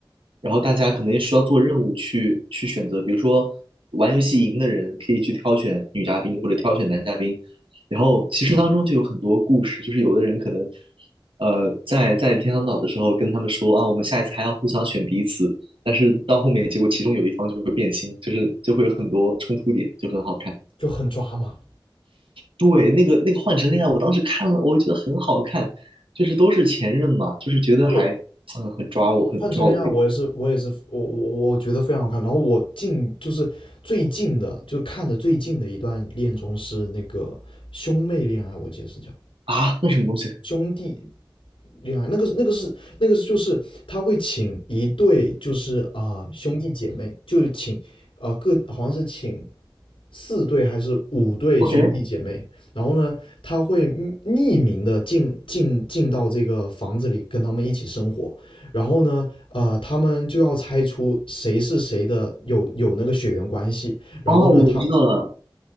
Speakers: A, on the right; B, on the left.
A: 然后大家可能需要做任务去去选择，比如说玩游戏赢的人可以去挑选女嘉宾或者挑选男嘉宾，然后其实当中就有很多故事，就是有的人可能，呃，在在天堂岛的时候跟他们说啊，我们下一次还要互相选彼此，但是到后面结果其中有一方就会变心，就是就会有很多冲突点，就很好看。
B: 就很抓马。
A: 对，那个那个换乘恋爱，我当时看了，我觉得很好看，就是都是前任嘛，就是觉得还
B: 对，
A: 嗯很抓我，
B: 换成恋爱，
A: 很抓我胃口
B: 我也是，我也是，我我我觉得非常好看。然后我近就是最近的，就看的最近的一段恋综是那个兄妹恋爱，我记得是叫
A: 啊，那什么东西
B: 兄弟恋爱那个那个是那个是就是他会请一对就是啊、呃兄弟姐妹，就是请啊、呃各好像是请四对还是五对兄弟姐妹，
A: ？OK，
B: 然后呢他会匿匿名的进进进到这个房子里跟他们一起生活，然后呢呃他们就要猜出谁是谁的有有那个血缘关系，然后呢他
A: 哦，我知道了，